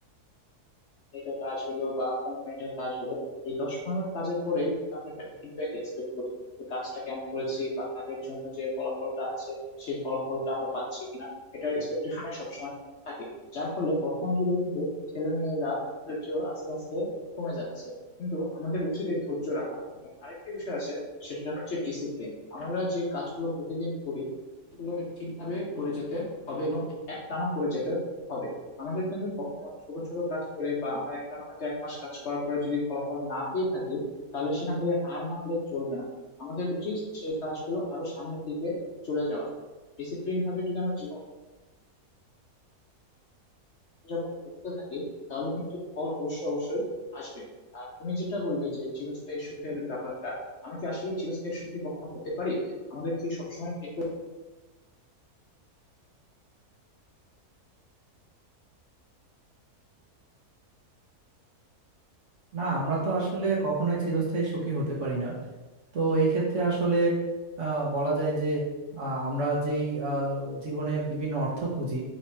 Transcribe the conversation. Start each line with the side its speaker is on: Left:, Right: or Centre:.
Left: মিনিটের কাজ হলো বা পনেরো মিনিটের কাজ হলো এই দশ পনেরো মিনিট কাজের পরেই কিন্তু আমরা একটা ফিডব্যাক এক্সপেক্ট করি যে কাজটা কেমন করেছি বা কাজের জন্য যে ফলাফলটা আছে সেই ফলাফলটা আমরা পাচ্ছি কিনা এটার এক্সপেকটেশনে সবসময় থাকে যার ফলে বর্তমান যুগে কিন্তু ছেলে মেয়েরা ধৈর্য আস্তে আস্তে কমে যাচ্ছে কিন্তু আমাদের উচিত এই ধৈর্য রাখা এবং আরেকটি বিষয় আছে সেটা হচ্ছে ডিসিপ্লিন আমরা যে কাজগুলো প্রতিদিন করি সেগুলো ঠিকভাবে করে যেতে হবে এবং একটানা করে যেতে হবে আমাদের কিন্তু কখনো ছোট ছোট কাজ করে বা আমরা একটা না হয়তো এক মাস কাজ করার পরে যদি ফলাফল না পেয়ে থাকি তাহলে সেখান থেকে হার মানলে চলবে না আমাদের উচিত সেই কাজগুলো আরো সামনের দিকে চলে যাওয়া ডিসিপ্লিন ভাবে যদি আমরা জীবন যাপন করতে থাকি তাহলে কিন্তু ফল অবশ্যই অবশ্যই আসবে আর তুমি যেটা বললে যে চিরস্থায়ী সুখের ব্যাপারটা আমরা কি আসলে চিরস্থায়ী সুখী কখনো হতে পারি আমাদের কি সবসময় একই
Right: না আমরা তো আসলে কখনোই চিরস্থায়ী সুখী হতে পারি না তো এই ক্ষেত্রে আসলে আহ, বলা যায় যে আহ, আমরা যেই আহ, জীবনে বিভিন্ন অর্থ খুঁজি